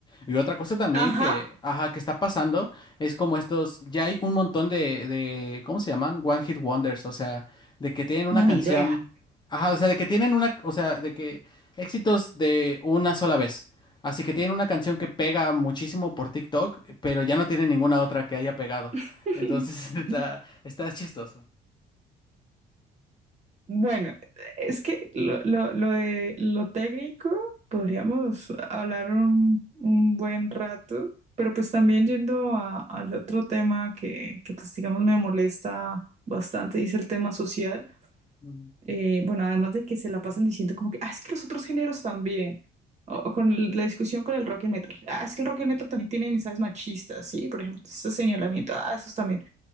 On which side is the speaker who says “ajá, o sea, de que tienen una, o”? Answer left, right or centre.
Left